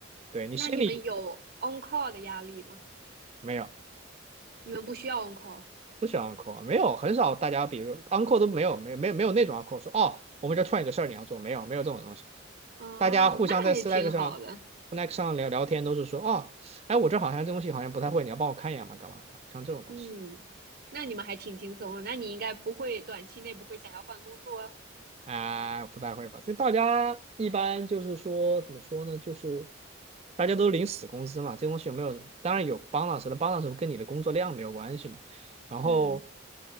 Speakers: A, on the right (about 30°); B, on the right (about 50°).
A: 对你心里
B: 那你们有 on call 的压力吗？
A: 没有
B: 你们不需要 on call
A: 不喜欢 uncle，没有很少大家，比如说 uncle 都没有，没没有没有那种 uncle 说哦，我们这突然有个事儿你要做，没有没有这种东西。
B: 哦，
A: 大家互相在
B: 那还挺好的。
A: Slack 上 Slack 上聊聊天都是说哦，哎我这好像这东西好像不太会，你要帮我看一眼嘛，干嘛干嘛？像这种东西。
B: 嗯，那你们还挺轻松的。那你应该不会短期内不会想要换工作啊
A: 啊，不太会吧？这大家一般就是说，怎么说呢？就是大家都领死工资嘛，这东西有没有？当然有帮老师的帮老师 u 跟你的工作量没有关系嘛。然后
B: 嗯